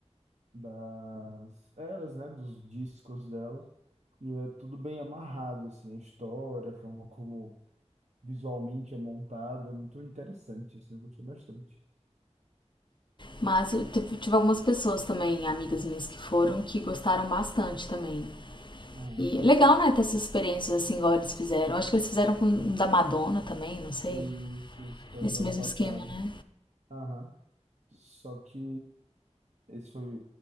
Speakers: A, on the right; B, on the left.
A: das eras, né? Dos discos dela. E é tudo bem amarrado, assim, a história, a forma como visualmente é montado, é muito interessante, assim, eu gostei bastante.
B: Mas eu tive, tive algumas pessoas também, amigas minhas que foram, que gostaram bastante também.
A: Aham.
B: E é legal, né, ter essas experiências assim, igual eles fizeram. Acho que eles fizeram com o da Madonna também, não sei.
A: Isso, isso foi
B: Nesse
A: do ano
B: mesmo
A: passado.
B: esquema, né?
A: Aham. Só que esse foi